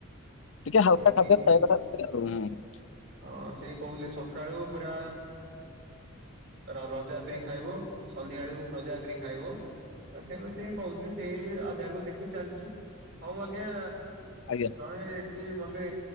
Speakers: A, on the left (about 65°); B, on the right (about 60°).
A: ଟିକେ ହାଲକା
B: ଏମିତି
A: ଖାଦ୍ୟ <unintelligible>
B: ହଁ, ସେଇ କହୁଲେ ସକାଳୁ ପୁରା ଆ ରଜା ଫ୍ରି ଖାଇବ। ସନ୍ଧ୍ୟା ବେଳକୁ ପ୍ରଜା ଫ୍ରି ଖାଇବ। ତଥା ମତେ କହୁଥିଲ ସେଇ ଆଧାରକୁୁ ଦେଖି ଚାଲିଛି। ହଉ ଆଜ୍ଞା
A: ଆଜ୍ଞା।
B: ଜଣେ କିଏ ମତେ